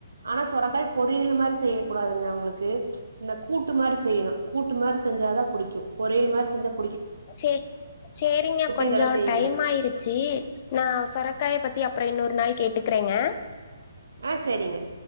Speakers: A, on the right; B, on the left.
A: ஆனா செரக்காய் பொறி பொறியல் மாரி செய்யக்கூடாதுங்க அவுங்களுக்கு இந்த கூட்டு மாரி செய்யணு கூட்டு மாரி செஞ்சாதா புடிக்கு பொறியல் மாரி செஞ்ச
B: சே சேரிங்க கொஞ்சோ
A: இதெல்லா செய்வங்க
B: டைம் ஆயிருச்சி நா சொர காய பத்தி அப்புறோ இன்னொரு நாள் கேட்டுக்கறேங்க
A: ஆ சேரிங்க